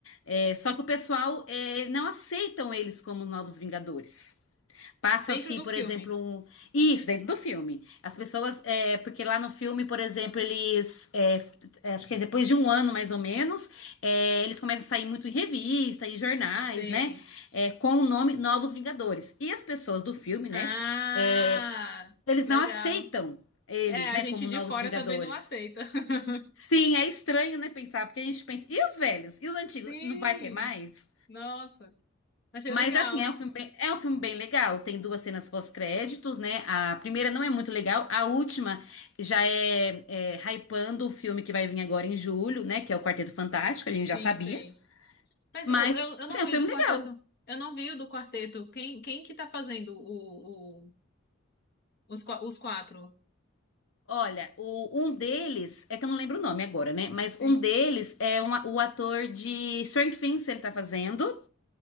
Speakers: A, on the left (about 80°); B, on the left (about 55°).
A: é, só que o pessoal é, não aceitam eles como os Novos Vingadores. Passa-se,
B: Dentro do
A: por
B: filme.
A: exemplo, um... isso dentro do filme. As pessoas, é, porque lá no filme, por exemplo, eles, é, f- é, acho que é depois de um ano mais ou menos, é, eles começam a sair muito em revista, em jornais,
B: Sei.
A: né? É, com o nome Novos Vingadores. E as pessoas do filme, né?
B: Ah,
A: é, eles
B: legal.
A: não aceitam eles,
B: É,
A: né?
B: a gente
A: Como
B: de
A: Novos
B: fora
A: Vingadores.
B: também não aceita. <laughs>
A: Sim, é estranho, né? Pensar, porque a gente pensa, e os velhos? E os antigos?
B: Sim.
A: Não vai ter mais?
B: Nossa, achei
A: Mas
B: legal.
A: assim, é um filme bem, é um filme bem legal. Tem duas cenas pós-créditos, né? A primeira não é muito legal, a última já é, é hypando o filme que vai vir agora em julho, né? Que é o Quarteto Fantástico, a gente
B: Sim,
A: já sabia.
B: sei. Mas
A: Mas
B: o- eu, eu não
A: assim, é
B: vi
A: um filme
B: do
A: legal.
B: quarteto. Eu não vi o do quarteto. Quem, quem que tá fazendo o, Os, qua- os quatro.
A: Olha, o, um deles, é que eu não lembro o nome agora, né? Mas
B: Sim.
A: um deles é um a- o ator de Stranger Things, ele tá fazendo.